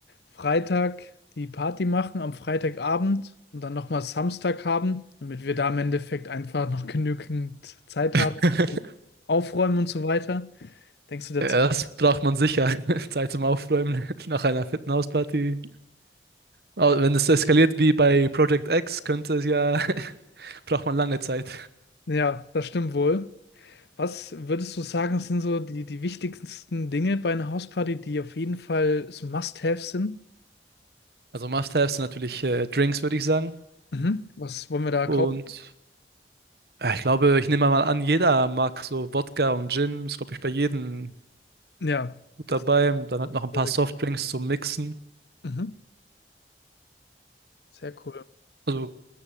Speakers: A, on the left; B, on the right.
A: Freitag die Party machen, am Freitagabend und dann nochmal Samstag haben, damit wir da im Endeffekt einfach noch genügend Zeit haben,
B: <laughs>
A: aufräumen und so weiter. Denkst du, der
B: Ja,
A: Zeit?
B: Das braucht man sicher. <laughs> Zeit zum Aufräumen <laughs> nach einer fetten Hausparty. Aber wenn es eskaliert wie bei Project X, könnte es ja, <laughs> braucht man lange Zeit.
A: Ja, das stimmt wohl. Was würdest du sagen, sind so die, die wichtigsten Dinge bei einer Hausparty, die auf jeden Fall so Must-Haves sind?
B: Also Must-Haves sind natürlich äh, Drinks, würde ich sagen.
A: Mhm. Was wollen wir da kaufen?
B: Und ja, ich glaube, ich nehme mal an, jeder mag so Wodka und Gin, ist, glaube ich, bei jedem
A: Ja,
B: gut
A: das
B: dabei.
A: geht
B: Und dann halt noch ein paar
A: sehr, sehr,
B: Softdrinks
A: gut.
B: zum Mixen.
A: mhm. Sehr cool.
B: Also,